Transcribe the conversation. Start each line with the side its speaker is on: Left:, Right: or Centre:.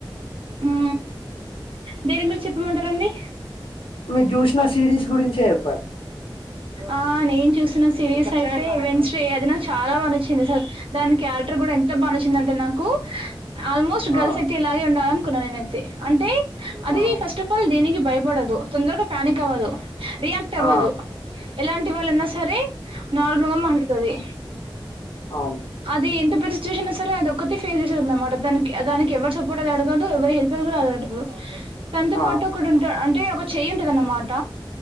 Right: ఉ దేని మీద్ చెప్పుమంటరండి
Left: మీరు జూసిన సిరీస్ గురించే చెప్పండ్
Right: ఆ నేన్ చూసిన సిరీస్ అయితే వెంట్స్ డే అదినాక్ చాలా బాగా నచ్చింది సర్ దానికేన్ క్యారెక్టర్ కూడా ఎంత బా నచ్చిందంటే నాకు ఆల్మోస్ట్ గల్స్
Left: ఆ
Right: అయితే ఇలాగే ఉండాలనుకున్నా నేనైతే అంటే అది
Left: ఆ
Right: ఫస్ట్ ఆఫ్ ఆల్ దేనికి భయపడదు తొందరగా ప్యానిక్ అవ్వదు రియాక్టవ్వదు
Left: ఆ
Right: ఎలాంటి వాళ్ళున్నా సరే నాలుగు రోజులు పండుతది
Left: అవును
Right: అది ఎం ఎంత పెద్ద సిచ్యుషన్ అయిన సరే అదోక్కతే ఫేస్ చేసేదన్నమాట దానికి దానికి ఎవర్ సపోర్ట్ అది అడగదు ఎవరి హెల్పర్ కూడా అడగదు తనతో
Left: ఆ
Right: పాటు ఒకడుంటాడ్ అంటే ఒక చేయ్యుంటదన్నమాట